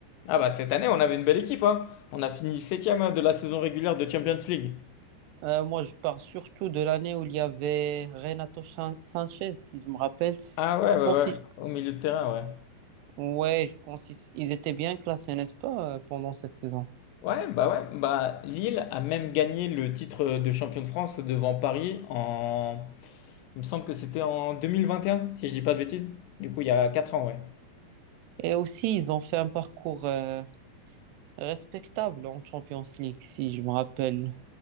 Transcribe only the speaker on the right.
Euh, moi, je parle surtout de l'année où il y avait Renato Chan- Sanchez, si je me rappelle.
Je
pense,
qu'il
Ouais, je pense qu'ils ils étaient bien classés, n'est-ce pas, euh, pendant cette saison.
Et aussi, ils ont fait un parcours euh, respectable en Champions League, si je me rappelle.